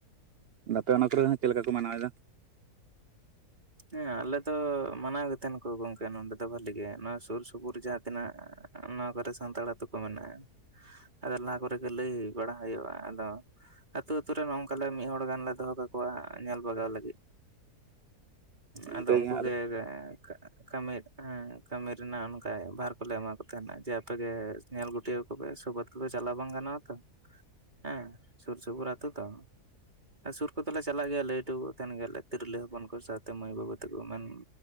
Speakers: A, on the right; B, on the right.
A: ᱟᱯᱮ ᱚᱱᱟ ᱠᱚᱨᱮ ᱦᱚᱸ ᱪᱮᱫ ᱞᱮᱠᱟ ᱠᱚ ᱢᱟᱱᱟᱣᱮᱫᱫᱟ
B: ᱦᱮᱸ ᱟᱞᱮ ᱫᱚ ᱢᱟᱱᱟᱣ ᱜᱮ ᱛᱟᱦᱮᱱ ᱠᱚ ᱜᱚᱝᱠᱮ ᱱᱚᱰᱮ ᱫᱚ ᱵᱷᱷᱟᱞᱤ ᱜᱮ ᱱᱚᱣᱟ ᱥᱩᱨ ᱥᱩᱯᱩᱨ ᱡᱟᱦᱟᱸ ᱛᱤᱱᱟᱹᱜ ᱱᱚᱣᱟ ᱠᱚᱨᱮ ᱥᱟᱱᱛᱟᱲ ᱟᱹᱛᱩ ᱠᱚ ᱢᱮᱱᱟᱜᱼᱟ ᱟᱫᱚ ᱞᱟᱦᱟ ᱠᱚᱨᱮᱜ ᱞᱟᱹᱭ ᱵᱟᱲᱟ ᱦᱩᱭᱩᱜᱼᱟ ᱟᱫᱚ ᱟᱹᱛᱩ ᱟᱹᱛᱩᱩᱨ ᱨᱮ ᱱᱚᱝᱠᱟᱞᱮ ᱢᱤᱫ ᱦᱚᱲ ᱜᱟᱱᱞᱮ ᱫᱚᱦᱚ ᱠᱟᱠᱚᱣᱟ ᱧᱮᱞ ᱵᱟᱜᱟᱣ ᱞᱟᱹᱜᱤᱫ
A: ᱤᱱᱠᱟᱹᱜᱮ
B: ᱟᱫᱚ ᱩᱱᱠᱩ
A: ᱟᱞᱮ
B: ᱜᱮ <unintelligible> ᱠᱟᱹᱢᱤ ᱦᱮᱸ ᱠᱟᱹᱢᱤ ᱨᱮᱱᱟᱜ ᱚᱱᱠᱟ ᱵᱷᱟᱨ ᱠᱚᱞᱮ ᱮᱢᱟ ᱠᱚ ᱛᱟᱦᱮᱱᱟ ᱡᱮ ᱟᱯᱮᱜᱮ ᱧᱮᱞ ᱜᱩᱴᱤᱣ ᱠᱚᱯ ᱥᱚᱵᱛᱚ ᱠᱚ ᱫᱚ ᱪᱟᱞᱟᱣ ᱵᱟᱝ ᱜᱟᱱᱚᱜᱼᱟ ᱛᱚ ᱦᱮᱸ ᱥᱩᱨ ᱥᱩᱯᱩᱨ ᱟᱛᱳ ᱛᱚ ᱥᱩᱨ ᱠᱚᱫᱚᱞᱮ ᱪᱟᱞᱟᱜ ᱜᱮᱭᱟ ᱞᱟᱹᱭᱴᱚ ᱛᱮᱱ ᱜᱮᱞᱮ ᱛᱤᱨᱞᱟᱹ ᱦᱚᱯᱚᱱ ᱠᱚ ᱥᱟᱶ ᱛᱮᱹ ᱢᱟᱹᱭ ᱵᱟᱹᱵᱩ ᱛᱮᱠᱚ ᱢᱮᱱ